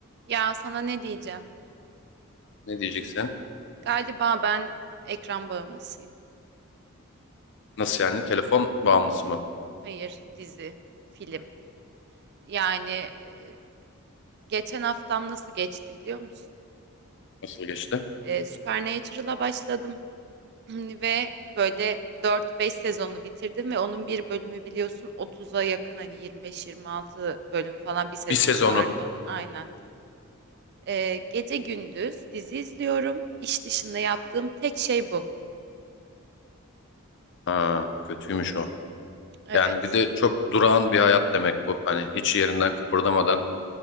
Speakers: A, on the right; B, on the left.
A: Ya sana ne diyeceğim?
B: Ne diyeceksin?
A: Galiba ben ekran bağımlısıyım.
B: Nasıl yani? Telefon bağımlısı mı?
A: Hayır, dizi, film. Yani e, geçen haftam nasıl geçti biliyor musun?
B: Nasıl geçti?
A: E, Supernatural'a başladım <laughs> <clears throat> ve böyle dört beş sezonu bitirdim ve onun bir bölümü biliyorsun otuz'a yakın hani yirmi beş yirmi altı bölüm falan bir sezonu
B: Bir sezonu.
A: pardon. Aynen. E, gece gündüz dizi izliyorum. İş dışında yaptığım tek şey bu.
B: Ha, kötüymüş o.
A: Evet.
B: Yani bir de çok durağan bir hayat demek bu. Hani hiç yerinden kıpırdamadan